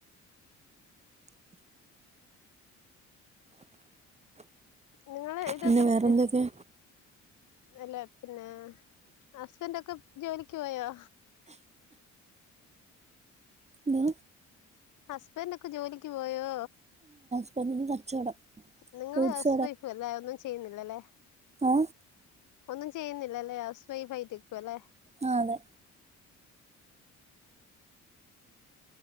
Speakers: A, on the left; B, on the right.
A: ങ്ങള് ഇതത്ത്രല്ലെ
B: പിന്നെ വേറെന്തൊക്കെ
A: അല്ലെ പിന്നെ ഹസ്ബൻഡൊക്കെ ജോലിക്ക് പോയോ?
B: ന്താ?
A: ഹസ്ബന്റ് ഒക്കെ ജോലി ക്ക് പോയോ?
B: ഉം കച്ചവടം.
A: നിങ്ങള്
B: ഫ്രൂട്ട്സ്
A: ഹസ് വൈഫും എല്ലാ ഒന്നും ചെയ്യുന്നില്ലല്ലേ.
B: ഏ
A: ഒന്നും ചെയ്യുന്നില്ലല്ലേ ഹൗസ് വൈഫായിറ്റ്ക്കല്ലേ?
B: അ അതെ.